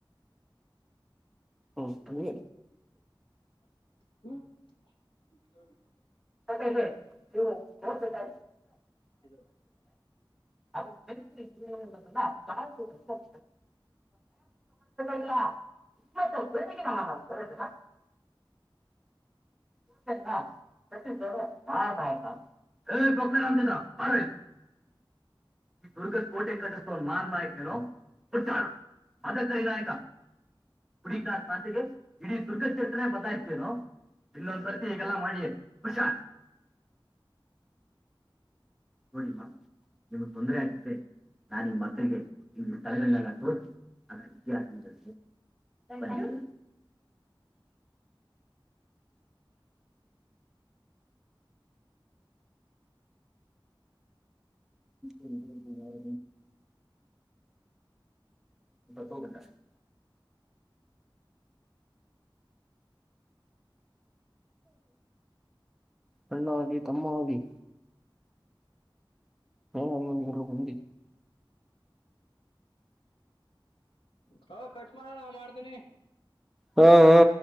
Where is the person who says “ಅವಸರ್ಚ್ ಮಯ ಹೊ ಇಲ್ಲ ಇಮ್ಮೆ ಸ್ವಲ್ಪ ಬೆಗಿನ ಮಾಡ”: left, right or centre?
Centre